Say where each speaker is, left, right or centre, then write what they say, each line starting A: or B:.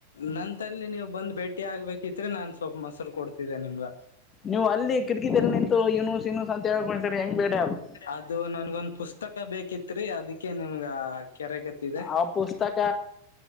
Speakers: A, on the left (about 65°); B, on the left (about 25°).
A: ನಂತಲ್ಲಿ ನೀವ್ ಬಂದ್ ಭೇಟಿ ಆಗಬೇಕಿತ್ರೀ ನಾನ ಸ್ವಲ್ಪ್ ಮೊಸರು ಕೊಡ್ತಿದ್ದೆ ನಿಮ್ಗ.
B: ನೀವು ಅಲ್ಲಿ ಕಿಟಕಿದಲ್ಲಿ ನಿಂತು ಇನ್ಸು ಇನ್ಸ್ ಅಂತ ಹೇಳಿ ಹೆಂಗ್ ಭೇಟಿಯಾಗಬೇಕ
A: ಅದು ನನ್ಗೊಂದ ಪುಸ್ತಕ ಬೇಕಿತ್ರಿ ಅದಕ್ ಅದಕ್ಕೆ ನಿಮ್ಗ ಕರೆ ಕತ್ತಿದೆ. <unintelligible>
B: ಆ ಪುಸ್ತಕ